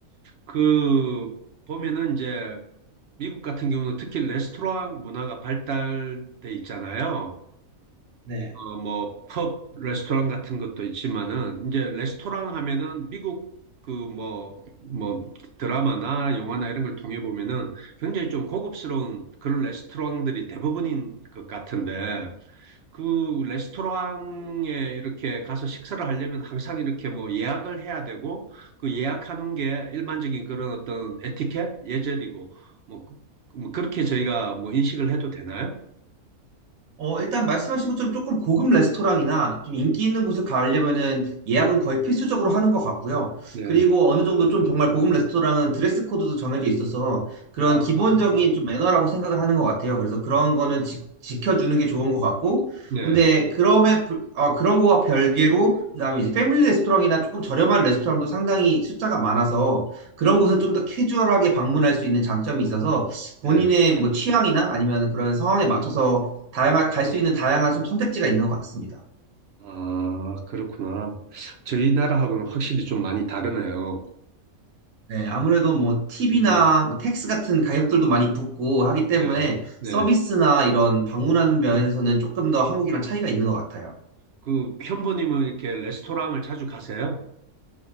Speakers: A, on the right (about 55°); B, on the right (about 75°).
A: 그 보면은 이제 미국 같은 경우는 특히 레스토랑 문화가 발달돼 있잖아요.
B: 네.
A: 어, 뭐, 펍, 레스토랑 같은 것도 있지만은, 이제 레스토랑 하면은 미국 그 뭐, 뭐, 드라마나 영화나 이런 걸 통해 보면은 굉장히 좀 고급스러운 그런 레스토랑들이 대부분인 것 같은데, 그 레스토랑에 이렇게 가서 식사를 하려면 항상 이렇게 뭐 예약을 해야 되고 그 예약하는 게 일반적인 그런 어떤 에티켓, 예절이고 뭐, 그- 뭐 그렇게 저희가 뭐 인식을 해도 되나요?
B: 어, 일단 말씀하신 것처럼 조금 고급 레스토랑이나 좀 인기 있는 곳을 가려면은 예약은 거의 필수적으로 하는 것 같고요.
A: 네.
B: 그리고 어느 정도 좀 정말 고급 레스토랑은 드레스 코드도 정해져 있어서 그런
A: 아,
B: 기본적인
A: 네,
B: 좀 매너라고 생각을 하는 것 같아요. 그래서 그런 거는 지, 지켜주는 게 좋은 것 같고.
A: 네,
B: 근데 그럼에, 불- 어, 그런 거와 별개로 그다음에 이제 패밀리 레스토랑이나 조금 저렴한 레스토랑도 상당히 숫자가 많아서 그런 곳은 좀 더 캐주얼하게 방문할 수 있는 장점이 있어서
A: 네.
B: 본인의 뭐 취향이나 아니면 그런 상황에 맞춰서 다양한 갈 수 있는 다양한 좀 선택지가 있는 것 같습니다.
A: 아, 그렇구나. 저희 나라하고는 확실히 좀 많이 다르네요.
B: 네, 아무래도 뭐 팁이나
A: 음,
B: 뭐 텍스 같은 가격들도 많이 붙고 하기 때문에
A: 예, 네.
B: 서비스나 이런 방문하는 면에서는 조금 더 한국이랑 차이가 있는 것 같아요.
A: 그 현보님은 이렇게 레스토랑을 자주 가세요?